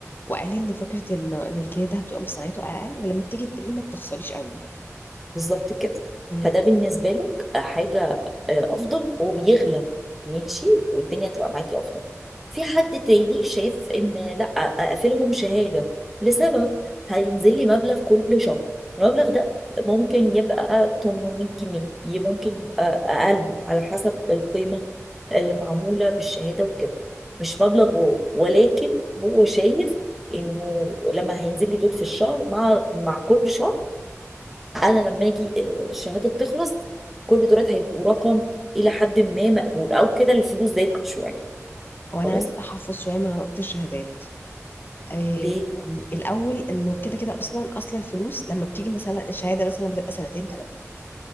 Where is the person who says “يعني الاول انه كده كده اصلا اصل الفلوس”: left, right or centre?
Left